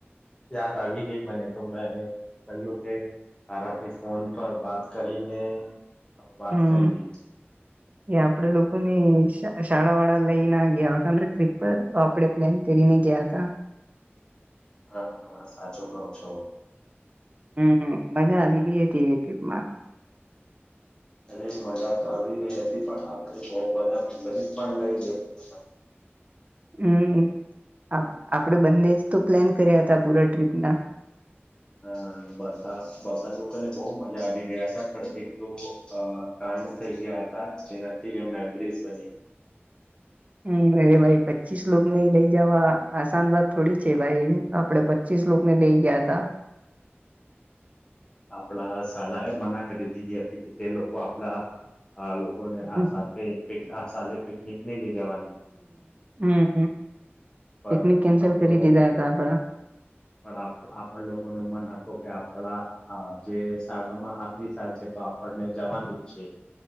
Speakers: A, on the left; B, on the right.
A: યાદ આવી ગઈ મને તો મે કહીઓ કે આારથી ફોન પર બાત કરીને હ
B: હમ
A: વાત કરી નહી.
B: એ આપડે લોકોને શાળા વાળા લઈને ગયા તને ટ્રીપ પર તો આપડણે પ્લાન કરીને ગયા હતા.
A: હા હા સાચું કઉ છો.
B: હમ મજા આવી ગઈ હતી એ ટ્રીપ માં.
A: હરે મજા તો આવી ગઈ હતી પણ આપણે બહ બધા મેમ્બરી પણ લઈ હતા.
B: હમ આપણેે બંને જ તો પ્લાન કર્યા હતા પૂરા ટ્રીપના
A: અ બધા બધા લોકોને બહ મજા આવી ગયા હતા પણ એક તો અ કાંડ થઈ ગયા હતા છે. ઠીક મેબરીઝ બની.
B: હમ અરે ભાઈ પછી પચીસ લોકો ને લઈ જવા આસાન વાત થોડી છે ભાઈ આપડે પચીસ લોકો ને લઈ ગયા હતાં
A: આપણા શાળા એ મના કરી દીધી હતી કે તે લોકો આપણા આ લોકોને
B: હમ
A: આ સાથે આાસલે પિકનિક નઈ લઈ જવાની
B: હમ
A: પણ
B: પિકનિક કેન્સલ
A: આપડો
B: કરી દીધા હતા આપડા
A: પણ આપણ લોકો ન મન હત કે આપડા હા જે શાળામાં આખરી સાલ છે તો આપણને જવાની જ છે.